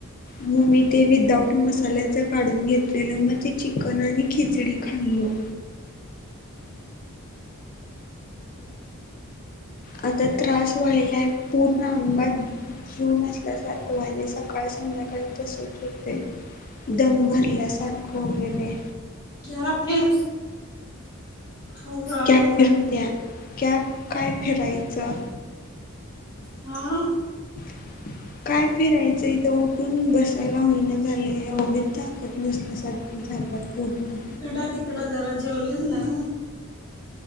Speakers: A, on the left (about 40°); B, on the left (about 20°).
A: मग मी ते विदाऊट मसाल्याचं काढून घेतलेलं मग ते चिकन आणि खिचडी खाल्लो. आता त्रास व्हायलाय पूर्ण अंगात जीव नसल्यासारखं व्हायलय, सकाळ संध्याकाळी तसच होतय. दम भरल्यासारखं वगैरे
B: जरा फिर हळू हळू
A: कॅ
B: काय
A: फिरत्या कॅ काय फिरायचं?
B: हा
A: ह <unintelligible> काय फिरायचं इथं उठून बसायला होईना झालय एवढी ताकत नसल्यासारखं <unintelligible>
B: तिकड तिकडं जरा जेवलीस न